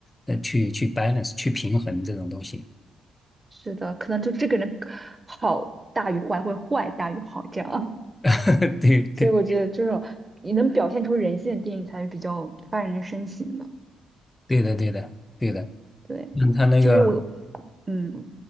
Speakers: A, on the left; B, on the right.
A: 呃去去 balance 去平衡这种东西。
B: 是的，可能就这个人好大于坏，或者坏大于好这样。
A: <laughs> 对对
B: 所以我觉得这种你能表现出人性的电影才是比较发人深省的。
A: 对的对的对的。
B: 对，
A: 嗯，他那个，
B: 就是我，嗯，